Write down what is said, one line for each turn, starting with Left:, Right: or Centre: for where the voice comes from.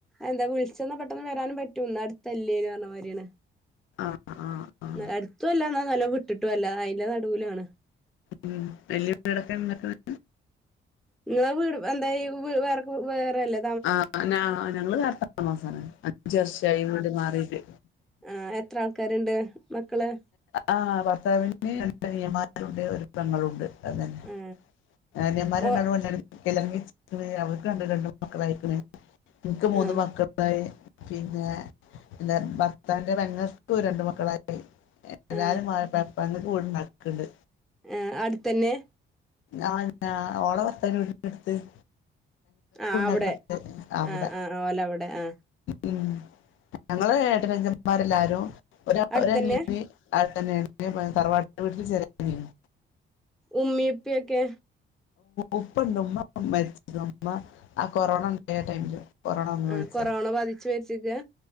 Centre: എന്താ വിളിച്ചന്ന പെട്ടെന്ന് വരാനും പറ്റുംന്ന് അടുത്തല്ലേ ന്നാരമാതിരിയാണ്
Left: ആഹ് ആഹ് ആഹ്
Centre: അടുത്തു അല്ല എന്നാ നല്ല വിട്ടിട്ടും അല്ല അതിന്റെ നടുലാണ്
Left: ഉം വല്യ വീടക്കേ ഉണ്ടാക്കണേ
Centre: നിങ്ങളെ വീട് എന്താ വേറെക്ക വേറെല്ല
Left: ആഹ് ഞങ്ങള് വേറെ താമസാണ് അഞ്ച് വർഷായി വീട് മാറീട്ട്
Centre: ആഹ് എത്ര ആൾക്കാര്ണ്ട് മക്കള്
Left: ആഹ് ഭർത്താവിന് രണ്ട് അനിയൻമാരുണ്ട് ഒരു പെങ്ങളുണ്ട് അതന്നെ
Centre: ആ
Left: കാര്യൻമാര്
Centre: ഓ
Left: രണ്ടാ <unintelligible> മക്കളായിക്കണ് എനിക്ക് മൂന്ന്
Centre: ആ
Left: മക്കളായി പിന്നെ എന്താ ഭ ഭർത്താവിന്റെ പെങ്ങൾക്കും രണ്ട് മക്കളായി എല്ലാരും
Centre: ആ
Left: പെങ്ങക്ക് വീട് ഉണ്ടാക്ക്ണ്ട്
Centre: ആഹ് അട്ത്തന്നെ
Left: ആഹ് എന്താ ഓള ഭർത്താവിന്റെ വീടിന്റെ അടുത്ത്
Centre: ആ അവിടെ
Left: <unintelligible> അവിടെ
Centre: ആ ആ ഓല അവിടെ ആ
Left: ഉം ഞങ്ങള ഏട്ടനഅനുജൻന്മാരെല്ലാരും ഒരു
Centre: അടുത്തന്നെ
Left: അനിയത്തി അവിടെ തന്നെണ് തറവാട്ട് വീട്ടിൽ ചെറിയ അനിയനാ
Centre: ഉമ്മിപ്പിയക്കെ
Left: ഉപ്പ ഉണ്ട് ഉമ്മ മരിച്ച്ക്ക്ണ് ആ കൊറോണ ഉണ്ടായ ടൈമില് കൊറണ വന്ന്
Centre: ആ
Left: മരിച്ച
Centre: കൊറോണ ബാധിച്ചു മരിച്ചിക്ക